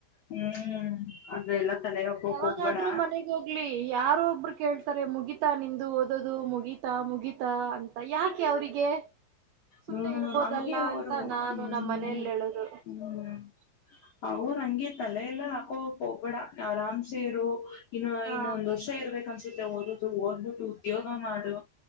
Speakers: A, on the left; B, on the right.
A: ಹ್ಮ್ ಅದಲ್ಲಾ ತಲೆ ಹಾಕಕ್
B: ಯಾವಾಗಾದ್ರೂ
A: ಹೋಗ್ಬೇಣ
B: ಮನೆಗ್ ಹೋಗ್ಲಿ ಯಾರೋ ಒಬ್ರು ಕೇಳ್ತಾರೆ ಮುಗಿತಾ ನಿಂದು ಓದೋದು ಮುಗಿತಾ ಮುಗಿತಾ ಅಂತ ಯಾಕೆ ಅವರಿಗೆ ಸುಮ್ನೆ
A: ಹ್ಮ್
B: ಇರ್ಬೋದಲ್ಲ
A: ಹಂಗೆ ಅವರು
B: ಅಂತ ನಾನು
A: ಹ್ಮ್
B: ನಮ್ಮನೆಲ್ಲಿ ಹೇಳೋದು
A: ಹ್ಮ್ ಅವರು ಹಂಗೆ ತಲೆ ಎಲ್ಲ ಹಾಕೋಕ್ ಹೋಗ್ಬೇಡ ಆರಾಮ್ಸೇರು- ಇನ್ನು
B: ಹಾ
A: ಇನ್ನೊಂದ್ ವರ್ಷ ಇರ್ಬೇಕ ಅನ್ಸುತ್ತೆ ಓದದು ಓದ್ಬಿಟ್ಟು ಉದ್ಯೋಗ ಮಾಡು